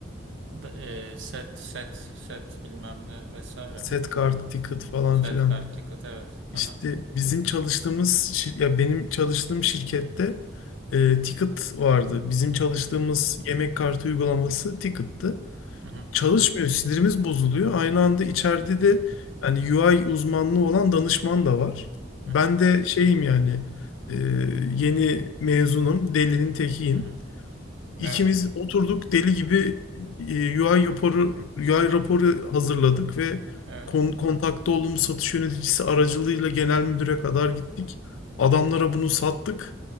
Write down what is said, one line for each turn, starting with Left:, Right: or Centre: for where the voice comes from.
Right: Da- e, set set set bilmem ne vesaire
Left: Set
Right: mi?
Left: kart,
Right: Ondan
Left: ticket falan
Right: set
Left: filan.
Right: kart ticket evet. Aha.
Left: İşte bizim çalıştığımız şir- ya benim çalıştığım şirkette e, ticket vardı. Bizim çalıştığımız
Right: Hı hı.
Left: yemek kartı uygulaması ticket'tı.
Right: Hı hı.
Left: Çalışmıyor, sinirimiz bozuluyor. Aynı anda içeride
Right: Hı
Left: de
Right: hı.
Left: yani UI uzmanlığı olan danışman da var.
Right: Hı
Left: Ben
Right: hı.
Left: de şeyim yani e, yeni mezunum, delinin tekiyim.
Right: Hı hı.
Left: İkimiz
Right: Evet.
Left: oturduk deli gibi e, UI raporu, UI
Right: Hı hı.
Left: raporu hazırladık ve
Right: Evet.
Left: kon, kontakta olduğumuz satış yöneticisi aracılığıyla genel müdüre kadar
Right: Hı hı.
Left: gittik. Adamlara bunu sattık.